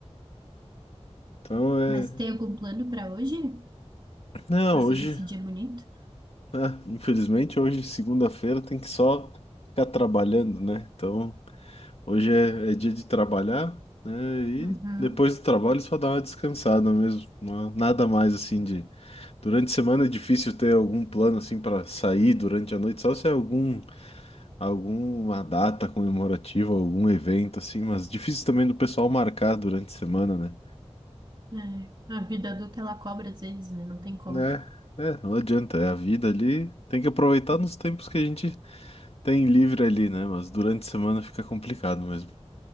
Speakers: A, on the left; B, on the right.
A: Então é.
B: Mas tem algum plano pra hoje?
A: Não,
B: Você
A: hoje,
B: decidir é bonito.
A: ah, infelizmente, hoje, segunda-feira, tem que só ficar trabalhando, né? Então, hoje é, é dia de trabalhar, né? E
B: Uhum.
A: depois do trabalho só dar uma descansada mesmo. não- Nada mais assim de. Durante a semana é difícil ter algum plano assim para sair durante a noite, só se é algum, alguma data comemorativa, algum evento assim, mas difícil também do pessoal marcar durante a semana, né?
B: É. A vida adulta ela cobra às vezes, né? Não tem como.
A: né? É, não adianta. É a vida ali. Tem que aproveitar nos tempos que a gente tem livre ali, né? Mas durante a semana fica complicado mesmo.